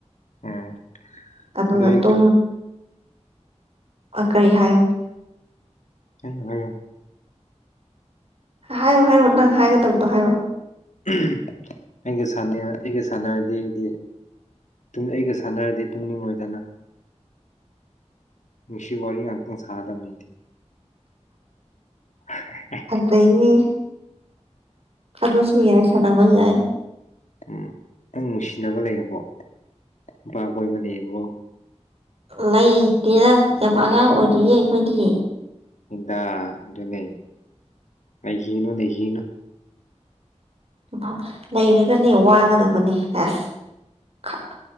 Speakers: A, on the left; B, on the right.
A: ꯎꯝ꯫
B: ꯑꯗꯨꯅ
A: ꯑꯗꯨ ꯑꯩꯒ
B: ꯇꯨꯝ ꯑ ꯀꯔꯤ ꯍꯥꯏꯌꯣ꯫
A: ꯍꯥꯏꯌꯣ ꯍꯥꯏꯌꯣ꯫
B: ꯍꯥꯏꯔꯣ ꯍꯥꯏꯔꯣ ꯅꯪ ꯍꯥꯏꯒꯗꯕꯗꯣ ꯍꯥꯏꯔꯣ꯫
A: ꯅꯪ <unintelligible> ꯑꯩꯒ ꯁꯥꯟꯅꯔꯗꯤ ꯑꯩꯗꯤ ꯇꯨꯨꯝ ꯑꯩꯒ ꯁꯥꯟꯅꯔꯗꯤ ꯇꯨꯝꯅꯤꯡꯉꯣꯏꯗ ꯅꯪ꯫ ꯅꯨꯡꯁꯤ ꯋꯥꯔꯤ ꯉꯥꯛꯇꯪ ꯁꯥꯒꯗꯕꯅꯤ ꯑꯩꯗꯤ꯫ <unintelligible>
B: ꯐꯠꯖꯩꯅꯦ ꯑꯗꯨꯁꯨ ꯌꯥꯏ ꯁꯥꯟꯅꯕ ꯌꯥꯏ꯫
A: ꯎꯝ ꯅꯪ ꯅꯨꯡꯁꯤꯅꯕ ꯂꯩꯔꯕꯣ ꯅꯨꯄꯥ ꯀꯣꯏꯕ ꯂꯩꯌꯦꯕꯣ꯫
B: ꯂꯩꯇꯤꯔ ꯌꯥꯝ ꯑꯉꯥꯡ ꯑꯣꯏꯔꯤꯌꯦ ꯑꯩꯈꯣꯏꯗꯤ꯫
A: ꯗꯥ ꯑꯗꯨꯅꯩ꯫ ꯂꯩꯒꯤꯅꯨ ꯂꯩꯒꯤꯅꯨ꯫
B: <unintelligible> ꯂꯩꯔꯒꯅꯦ ꯋꯥꯒꯗꯕꯅꯤ ꯑꯁ <unintelligible>